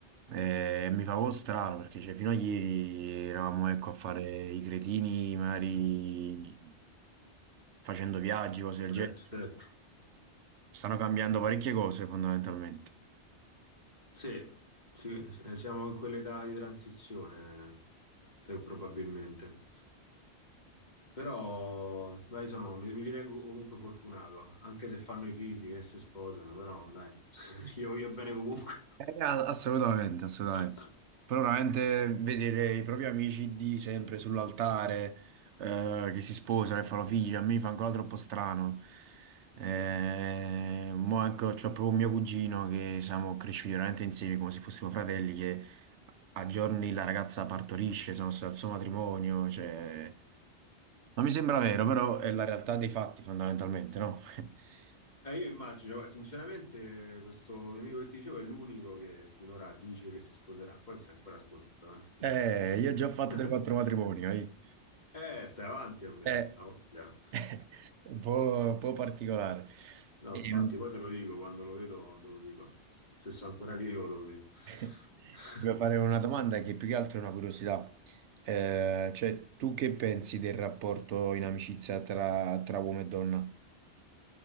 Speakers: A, on the right; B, on the left.
A: Eh, mi fa un po' strano perché cioè, fino a ieri eravamo ecco, a fare i cretini, magari facendo viaggi, cose del
B: certo,
A: genere.
B: certo.
A: Stanno cambiando parecchie cose fondamentalmente.
B: Sì, sì, sì, siamo in quell'età di transizione, se- probabilmente. Però, dai, sono, mi, mi ritengo comunque fortunato, anche se fanno i figli e si sposano, però, dai, <laughs> li voglio bene comunque.
A: Eh, a- assolutamente, assolutamente.
B: <laughs>
A: Però veramente vedere i propri amici di sempre sull'altare, eh, che si sposano e fanno figli, a me fa ancora troppo strano. Eh, mo ecco, c'ho proprio mio cugino che siamo cresciuti veramente insieme come se fossimo fratelli, che a giorni la ragazza partorisce, sono stato al suo matrimonio, cioè... Non mi sembra vero, però è la realtà dei fatti fondamentalmente, no? <laughs>
B: Eh, io immagino, guarda, sinceramente, questo mio amico che ti dicevo è l'unico che finora dice che si sposerà. Poi non si è ancora sposato, eh, quindi...
A: Eh, io già ho fatto
B: <laughs>
A: 3-4 matrimoni, eh.
B: Eh, stai avanti a me,
A: Eh,
B: ha voglia.
A: <laughs> Un po', un po' particolare.
B: No,
A: Ehm,
B: infatti, poi te lo dico, quando lo vedo te lo dico. Se sto ancora vivo te lo dico.
A: <laughs>
B: <laughs>
A: Volevo fare una domanda che più che altro è una curiosità. Eh, cioè, tu che pensi del rapporto in amicizia tra, tra uomo e donna?